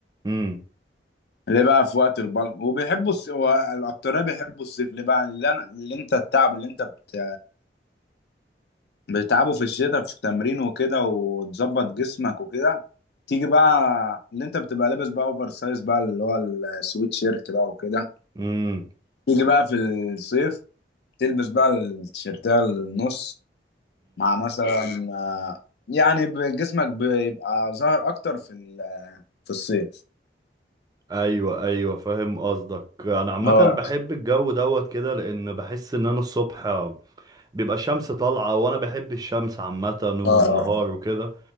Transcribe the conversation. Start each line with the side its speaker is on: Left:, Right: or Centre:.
Right: امم
Left: ليه بقى في وقت البلد وبيحبوا الص... الاكتريه بيحبوا الصيف ليه بقى اللي, أنا... اللي انت التعب اللي انت بت... بتتعبه في الشتاء في التمرين وكده وتظبط جسمك وكده تيجي بقى اللي انت بتبقى لابس بقى اوفر سايز بقى اللي هو السويت شيرت بقى وكده
Right: امم
Left: تيجي بقى في الصيف تلبس بقى التيشيرتات النص مع مثلا آه، يعني ب- جسمك بيبقى ظاهر اكتر في ال- في الصيف
Right: ايوه ايوه فاهم قصدك انا عامه
Left: اه
Right: بحب الجو دوت كده لان بحس ان انا الصبح بيبقى الشمس طالعه وانا بحب الشمس عامه والنهار
Left: اه
Right: وكده